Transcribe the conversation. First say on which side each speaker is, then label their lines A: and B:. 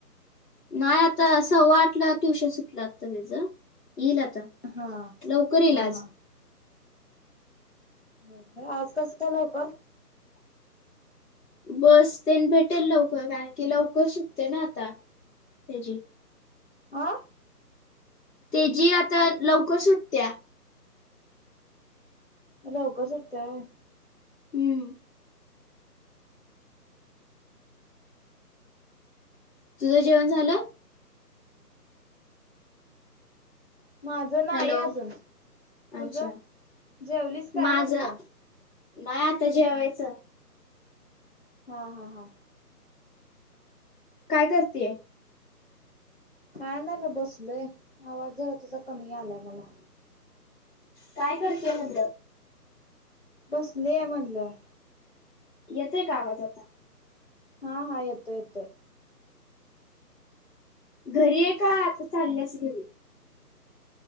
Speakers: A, on the left; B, on the left.
A: नाय आता सव्वा आठला ट्युशन सुटलं आता त्याच येईल आता.
B: हा
A: लवकर येईल
B: हा
A: आज
B: हा हो आज कसं काय लवकर
A: बस तेन भेटेल लवकर कारण की लवकर सुटते ना आता त्याची-
B: आं
A: ते जी आता लवकर सुटत्या-
B: लवकर सुटत्या होय.
A: हम्म तुझं जेवण झालं?
B: माझ नाही
A: हॅलो
B: अजून, तुझ
A: अच्छा
B: जेवलीस काय
A: माझं
B: म्हणलं?
A: नाही आता जेवायचं.
B: हा हा हा
A: काय करतेय?
B: काय नाही म बसलोय आवाज जरा तुझ कमी यायलाय मला-
A: काय करतेय म्हणलं?
B: बसलिये म्हणलं.
A: येतय का आवाज आता
B: हा हा येतोय येतोय.
A: घरी आहे का आता चाल्यास घरी?